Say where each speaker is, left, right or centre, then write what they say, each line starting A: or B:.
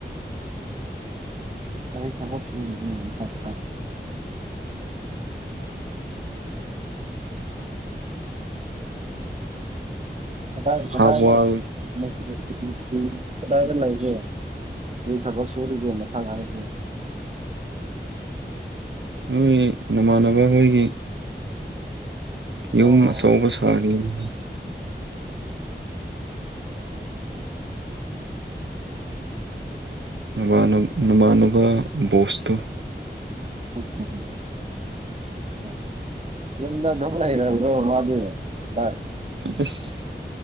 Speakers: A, on the right; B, on the right.
A: ꯑꯩ ꯊꯕꯛꯁꯤ ꯃꯤ <unintelligible> ꯀꯗꯥꯏ ꯀꯗꯥꯏꯗ
B: ꯍꯥꯞꯋꯥꯜ
A: ꯃꯤꯁꯇ꯭ꯔꯤ ꯃꯤꯁꯇ꯭ꯔꯤ ꯀꯗꯥꯏꯗ ꯂꯩꯒꯦ ꯀꯔꯤ ꯊꯕꯛ ꯁꯨꯔꯤꯒꯦ ꯃꯊꯛ ꯍꯥꯏꯁꯦ꯫
B: ꯅꯣꯏ ꯅꯃꯥꯟꯅꯕ ꯍꯣꯏꯒꯤ꯫
A: ꯑꯣ
B: ꯌꯨꯝ ꯑꯆꯧꯕ ꯁꯥꯔꯤꯅꯤꯗ ꯅꯕꯥꯟꯅ ꯅꯃꯥꯟꯅꯕ ꯕꯣꯁꯇꯨ
A: <unintelligible> ꯌꯨꯝꯗ ꯑꯗꯨꯝ ꯂꯩꯔꯕ꯭ꯔꯣ ꯃꯥꯗꯤ ꯕꯥꯏ
B: ꯑꯁ <unintelligible>